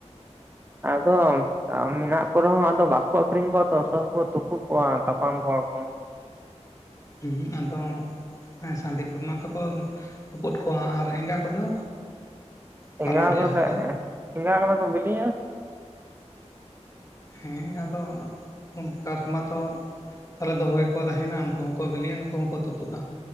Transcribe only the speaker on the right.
ᱟᱫᱚ ᱠᱟᱢ ᱢᱮᱱᱟᱜ ᱠᱚ ᱨᱮᱦᱚᱸ ᱟᱫᱚ ᱵᱟᱠᱚ ᱛᱚ ᱟᱹᱠᱷᱨᱤᱧ ᱠᱚᱣᱟ ᱛᱚ ᱥᱚᱵ ᱠᱚ ᱛᱩᱯᱩᱜ ᱠᱚᱣᱟ ᱛᱟᱯᱟᱢ ᱠᱚᱣᱟ ᱠᱚ ᱾
ᱮᱸᱜᱟ ᱠᱚᱫᱮ
ᱮᱸᱜᱟ ᱠᱚᱫᱚ ᱠᱚ ᱵᱤᱞᱤᱭᱟ ᱾